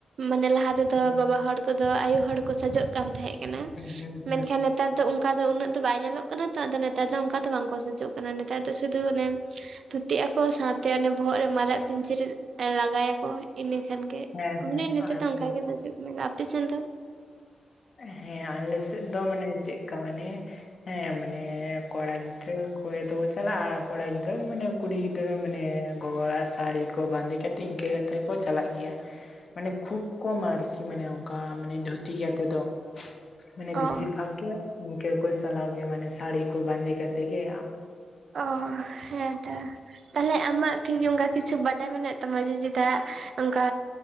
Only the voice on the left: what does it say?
ᱦᱮᱸ
ᱦᱮᱸ ᱦᱮᱸ
ᱦᱮᱸ
ᱦᱮᱸ
ᱟᱪᱪᱷᱟ
ᱦᱮᱸ ᱟᱞᱮ ᱥᱮᱫ ᱫᱚ ᱢᱟᱱᱮ ᱪᱮᱫᱠᱟ ᱢᱟᱱᱮ ᱦᱮᱸ ᱢᱟᱱᱮ ᱠᱚᱲᱟ ᱜᱤᱫᱽᱨᱟᱹ ᱠᱚᱜᱮ ᱛᱚᱠᱚ ᱪᱟᱞᱟᱜᱼᱟ ᱠᱚᱲᱟ ᱜᱤᱫᱽᱨᱟᱹ ᱢᱟᱱᱮ ᱠᱩᱲᱤ ᱜᱤᱫᱽᱨᱟᱹ ᱢᱟᱱᱮ ᱜᱚᱜᱚ ᱦᱚᱲᱟᱜ ᱥᱟᱹᱲᱤ ᱠᱚ ᱵᱟᱸᱫᱮ ᱠᱟᱛᱮᱫ ᱤᱱᱠᱟᱹ ᱠᱟᱛᱮ ᱠᱚ ᱪᱟᱞᱟᱜ ᱜᱮᱭᱟ᱾ ᱢᱟᱱᱮ ᱠᱷᱩᱵ ᱠᱚᱢ ᱟᱨᱠᱤ ᱢᱟᱱᱮ ᱚᱱᱠᱟ ᱢᱟᱱᱮ ᱫᱷᱩᱛᱤ ᱠᱟ ᱛᱮᱫᱚ, ᱢᱟᱱᱮ ᱵᱤᱥᱤᱨ
ᱵᱷᱟᱜᱽ ᱜᱮ ᱤᱱᱠᱟᱹ ᱠᱚ ᱪᱟᱞᱟᱜ ᱜᱮᱭᱟ ᱢᱟᱱᱮ ᱥᱟᱹᱲᱤ ᱠᱚ ᱵᱟᱸᱫᱮ ᱠᱟᱛᱮ ᱜᱮ᱾